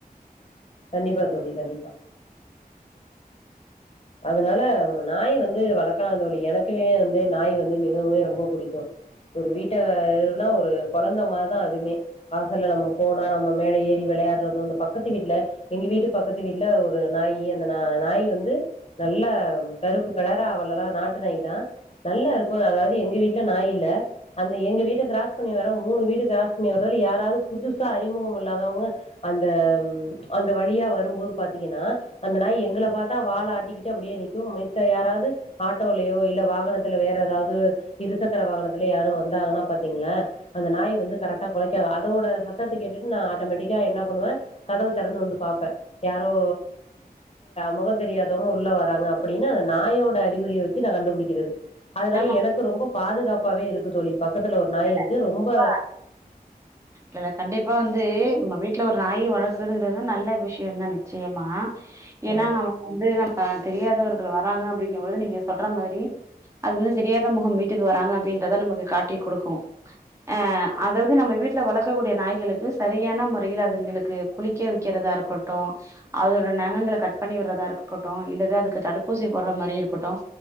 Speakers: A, on the left; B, on the right.
A: கண்டிப்பா தோழி கண்டிப்பா அதனால நாய் வந்து வளர்க்கலாம் தோழி எனக்குமே வந்து நாய் வந்து மிகவுமே ரொம்ப பிடிக்கும் ஒரு வீட்டை இருனா ஒரு கொழந்த மாதிரிதான் அதுமே வாசல்ல நம்ம போனா நம்ம மேல ஏறி விளையாடுறதும் இந்த பக்கத்து வீட்டுல எங்க வீட்டு பக்கத்து வீட்டுல ஒரு நாய் அந்த ந நாய் வந்து நல்லா கருப்பு கலரா வல்லலாம் நாட்டு நாய் தான் நல்லா இருக்கும் அதாவது எங்க வீட்டுல நாய் இல்ல அந்த எங்க வீட்டை கிராஸ் பண்ணி வர மூணு வீடு கிராஸ் பண்ணி வர்றததுல யாராவது புதுசா அறிமுகம் இல்லாதவங்க அந்த அந்த வழியா வரும்போது பாத்தீங்கன்னா அந்த நாய் எங்கள பாத்தா வாலாட் கிட்ட அப்படியே நிக்கும் மித்த யாராவது ஆட்டோலயோ இல்ல வாகனத் வேற ஏதாவது இருசக்கர வாகனத்துல யாரும் வந்தாங்கன்னா பாத்தீங்கன்னா அந்த நாய் வந்து கரெக்ட்டா அதோட சத்தத்த கேட்டு நான் ஆட்டோமேட்டிக்கா என்ன பண்ணுவேன் கதவை திறந்து வந்து பார்ப்பேன் யாரோ முகம் தெரியாத யாரோ உள்ள வராங்க அப்படின்ன அந்த நாயோட அறிகுறியே வச்சு நா கண்டுபிடிக்கிறது அதனால
B: ஆமா
A: எனக்கு ரொம்ப பாதுகாப்பு பவே இருக்கு தோழி பக்கத்தில ஒரு நாய் இருக்கு
B: ப்ப
A: ரொம்ப
B: இல்ல கண்டிப்பா வந்து நம்ம வீட்டுல ஒரு நாய் வளர்க்கறதுங்கிறது நல்ல விஷயம் தான் நிச்சயமா ஏன்னா
A: அ
B: நமக்கு வந்து நம் தெரியாதவர்கள் வராங்க அப்படிங்கும்போது நீங்க சொல்ற மாதிரி அது வந்து தெரியாத முகம் வீட்டுக்கு வராங்க அப்புடின்றத நமக்கு காட்டி கொடுக்கும் ஆ அதாவது நம்ம வீட்டுல வளர்க்கக்கூடிய நாய்களுக்கு சரியான முறையில அதுங்களுக்கு குளிக்க வைக்கிறதா இருக்கட்டும் அதோட நகங்களை கட் பண்ணி விடுறதா இருக்கட்டும் இல்லது அதுக்கு தடுப்பூசி போடுற மாரி இருக்கட்டும்